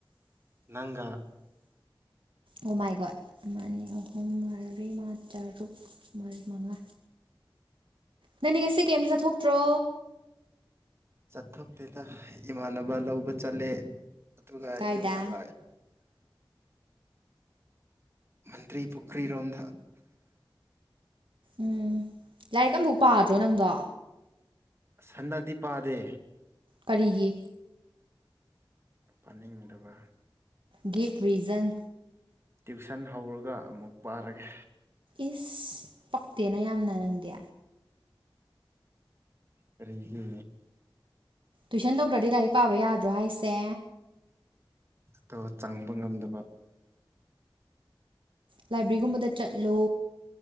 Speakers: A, on the right (about 30°); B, on the right (about 80°).
A: ꯅꯪꯒꯥ
B: ꯑꯣ ꯃꯥꯏ ꯒꯣꯠ ꯑꯃ ꯑꯅꯤ ꯑꯍꯨꯝ ꯃꯔꯤ ꯃꯉꯥ ꯇꯔꯨꯛ ꯃꯔꯤ ꯃꯉꯥ ꯅꯪꯗꯤ ꯉꯁꯤ ꯀꯦꯏꯝ ꯆꯊꯣꯛꯇ꯭ꯔꯣ
A: ꯆꯠꯊꯣꯛꯇꯦꯗ ꯏꯃꯥꯟꯅꯕ ꯂꯧꯕ ꯆꯠꯂꯦ ꯑꯗꯨꯒ
B: ꯀꯥꯏꯗ
A: ꯌꯨꯝ ꯍꯂꯥꯑꯦ ꯃꯟꯇ꯭ꯔꯤ ꯄꯨꯈ꯭ꯔꯤꯔꯣꯝꯗ
B: ꯎꯝ ꯂꯥꯏꯛꯀ ꯑꯝꯕꯧ ꯄꯥꯗ꯭ꯔꯣ ꯅꯪꯗꯣ
A: ꯑꯁ ꯍꯟꯗꯛꯇꯤ ꯄꯥꯗꯦ
B: ꯀꯔꯤꯒꯤ
A: ꯄꯥꯅꯤꯡꯗꯕ
B: ꯒꯤꯞ ꯔꯤꯖꯟ
A: ꯇ꯭ꯌꯨꯁꯟ ꯍꯧꯔꯒ ꯑꯃꯨꯛ ꯄꯥꯔꯒꯦ
B: ꯏꯁ ꯄꯛꯇꯦꯅ ꯌꯥꯝꯅ ꯅꯪꯗꯤ
A: ꯀꯔꯤꯒꯤ
B: ꯇꯨꯏꯁꯟ ꯇꯧꯗ꯭ꯔꯗꯤ ꯂꯥꯏꯔꯤꯛ ꯄꯥꯕ ꯌꯥꯗ꯭ꯔꯣ ꯍꯥꯏꯁꯦ
A: ꯇꯣ ꯆꯪꯕ ꯉꯝꯗꯕ
B: ꯂꯥꯏꯕ꯭ꯔꯤꯒꯨꯝꯕꯗ ꯆꯠꯂꯣ